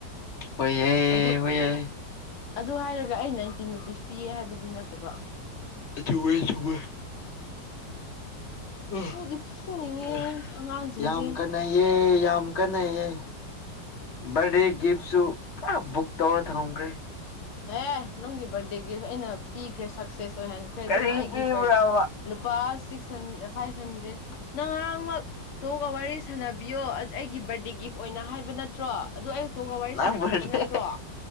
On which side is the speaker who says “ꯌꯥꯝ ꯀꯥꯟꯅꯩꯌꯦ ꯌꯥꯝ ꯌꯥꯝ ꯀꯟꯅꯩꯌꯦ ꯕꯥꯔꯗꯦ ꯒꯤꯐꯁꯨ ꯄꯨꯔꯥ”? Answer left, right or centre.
Left